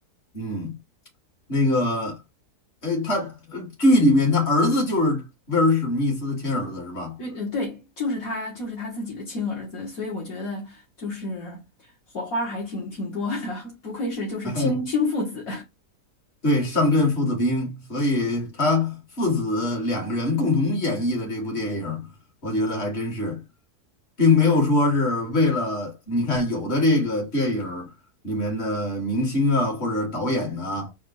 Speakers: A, on the left; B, on the left.
A: 嗯。那个，哎，他呃剧里面他儿子就是威尔史密斯的亲儿子是吧？
B: 对，呃，对，就是他，就是他自己的亲儿子，所以我觉得就是火花还挺挺多的，<laughs> 不愧是就是亲亲父子。
A: <laughs> 哎，对，上阵父子兵，所以他父子两个人共同演绎的这部电影儿我觉得还真是，并没有说是为了你看有的这个电影儿里面的明星啊或者导演呐、